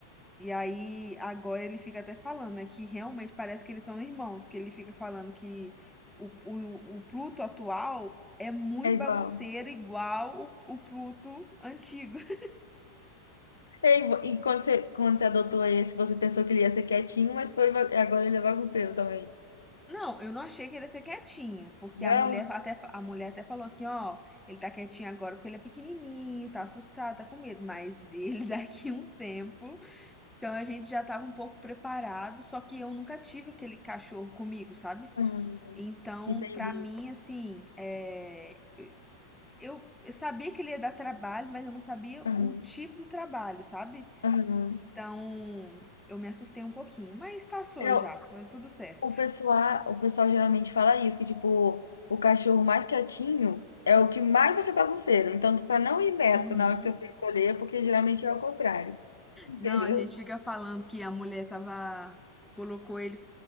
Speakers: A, in the centre; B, on the left.
A: E aí, agora ele fica até falando, né, que realmente parece que eles são irmãos, que ele fica falando que o, o, o Pluto atual é muito
B: É igual.
A: bagunceiro, igual o, o Pluto antigo. <laughs>
B: É igual. E quando você, quando você adotou esse, você pensou que ele ia ser quietinho, mas foi, va- agora ele é bagunceiro também.
A: Não, eu não achei que ele ia ser quietinho, porque
B: Não?
A: a mulher até, a mulher até falou assim, ó, ele tá quietinho agora porque ele é pequenininho, tá assustado, tá com medo, mas ele <laughs> daqui um tempo, então a gente já tava um pouco preparado, só que eu nunca tive aquele cachorro comigo, sabe?
B: Aham.
A: Então,
B: Entendi.
A: pra mim, assim, é, eu, eu sabia que ele ia dar trabalho, mas eu não sabia
B: Aham.
A: o tipo do trabalho, sabe?
B: Aham.
A: Então, eu me assustei um pouquinho, mas passou
B: É, o
A: já, foi tudo certo.
B: o pessoal, o pessoal geralmente fala isso, que tipo, o cachorro mais quietinho é o que mais vai ser bagunceiro. Então, pra não ir nessa
A: Uhum.
B: na hora que você for escolher, porque geralmente é o contrário. Entendeu?
A: Não, a gente fica falando que a mulher tava, colocou ele